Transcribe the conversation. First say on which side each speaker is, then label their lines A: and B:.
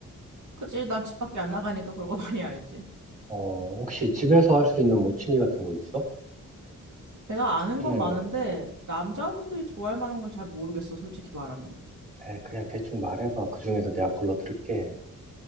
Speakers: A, on the right; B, on the right.
A: 그치, 난 집 밖에 안 나가니까 그런 거 많이 알지.
B: 어, 혹시 집에서 할 수 있는 뭐 취미 같은 거 있어?
A: 내가
B: 추천할
A: 아는 건 많은데,
B: 만한 거.
A: 남자분들이
B: 어.
A: 좋아할 만한 건 잘 모르겠어, 솔직히 말하면.
B: 에, 그냥 대충 말해봐. 그 중에서 내가 걸러들을게.